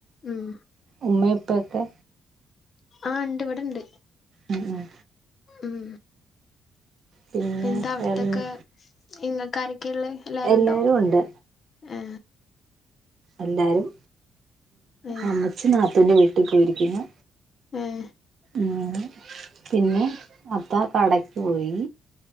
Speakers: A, on the left (about 50°); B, on the right (about 55°).
A: ഉം
B: ഉമ്മയും പ്പക്കെ
A: ആഹ് ഉണ്ട് ഇവിടിണ്ട്
B: ഉം ഉം
A: ഉം
B: പിന്നെ
A: എന്താ അവിട്ത്തൊക്കെ
B: വേറെന്ത്
A: ഇങ്ങ കാരക്കെയുള്ള എല്ലരുണ്ടോ
B: എല്ലാരും ഉണ്ട്
A: ആ
B: എല്ലാരും
A: ആഹ്
B: അമ്മച്ചി നാത്തൂന്റെ വീട്ടിൽ പോയിരിക്കുന്നു
A: ഉം
B: ഉ പിന്നെ അത്താ കടക്ക് പോയി